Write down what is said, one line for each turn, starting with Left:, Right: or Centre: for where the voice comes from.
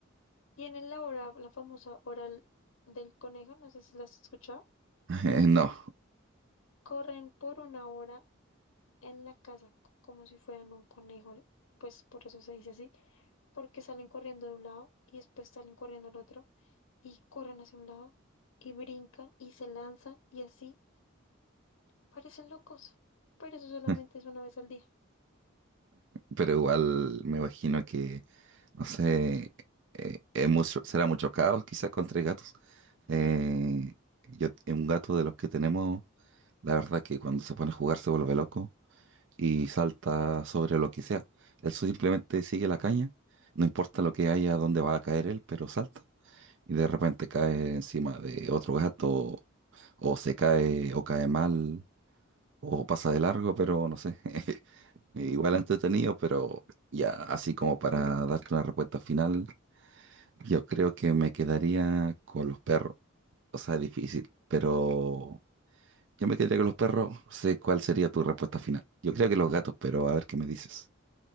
Left: Tienen la hora, la famosa hora l- del conejo, no sé si la has escuchado.
Right: <laughs> Eh, No,
Left: Corren por una hora en la casa c- como si fueran un conejo, pues por eso se dice así, porque salen corriendo de un lado y después salen corriendo al otro y corren hacia un lado y brincan y se lanzan y así parecen locos, pero eso solamente
Right: <laughs>
Left: es una vez al día.
Right: pero igual me imagino que, no sé, eh, es mucho- será mucho caos quizás contra gatos. Eh, yo, es un gato de los que tenemos, la verdad es que cuando se pone a jugar se vuelve loco y salta sobre lo que sea. Él simplemente sigue la caña, no importa lo que haya, dónde va a caer él, pero salta. Y de repente cae encima de otro gato, o se cae, o cae mal, o pasa de largo, pero no sé. <laughs> Igual entretenido, pero ya así como para darte una respuesta final, yo creo que me quedaría con los perros. O sea, es difícil, pero Yo me quedaría con los perros. No sé cuál sería tu respuesta final. Yo creo que los gatos, pero a ver qué me dices.